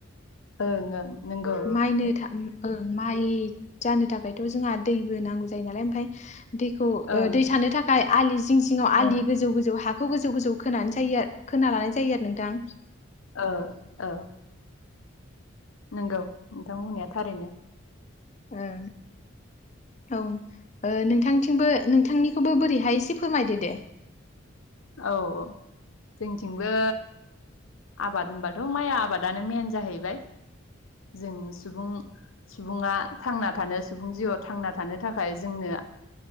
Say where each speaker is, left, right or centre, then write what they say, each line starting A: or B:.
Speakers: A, on the left (about 80°); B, on the left (about 35°).
A: ओं ओं नंगौ
B: माइनो था ओं माइ जानो थाखायथ' जोंहा दैबो नांगौ नालाय ओमफ्राय दैखौ
A: ओं
B: दै थानो थाखाय आलि जिं जिङाव आलि गोजौ गोजौ हाखौ गोजौ गोजौ खोनानै जायो आ खोना लानाय जायो आरो नोंथां।
A: ओ औ नंगौ नोंथां बुंनाया थारैनो
B: ओ औ ओ नोंथांनिथिंबो नोंथांनिखौबो बोरैहाय एसे फोरमायदो दे।
A: औ औ जोंथिंबो आबाद होनबाथ' माइ आबादानो मेन जाहैबाय जोंनो सुबुं सुबुङा थांना थानो सुबुं जिउआव थांना थानो थाखाय जोंनो